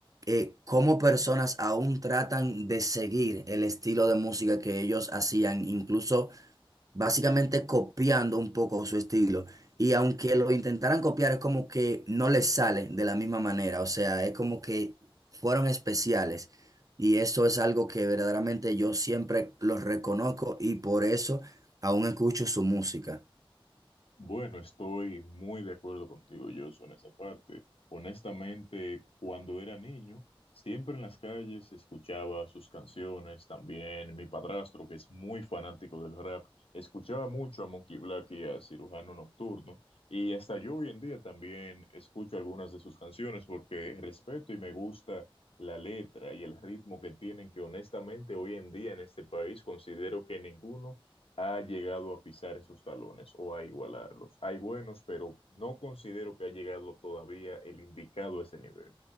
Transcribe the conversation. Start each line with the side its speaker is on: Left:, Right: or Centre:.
Right: eh, cómo personas aún tratan de seguir el estilo de música que ellos hacían, incluso básicamente copiando un poco su estilo. Y aunque lo intentaran copiar, es como que no les sale de la misma manera, o sea, es como que fueron especiales. Y eso es algo que verdaderamente yo siempre los reconozco y por eso aún escucho su música.
Left: Bueno, estoy muy de acuerdo contigo, yo en esa parte. Honestamente, cuando era niño, siempre en las calles escuchaba sus canciones. También mi padrastro, que es muy fanático del rap, escuchaba mucho a Monkey Black y a Cirujano Nocturno. Y hasta yo hoy en día también escucho algunas de sus canciones porque respeto y me gusta la letra y el ritmo que tienen, que honestamente hoy en día en este país considero que ninguno ha llegado a pisar esos talones o a igualarlos. Hay buenos, pero no considero que ha llegado todavía el indicado a ese nivel.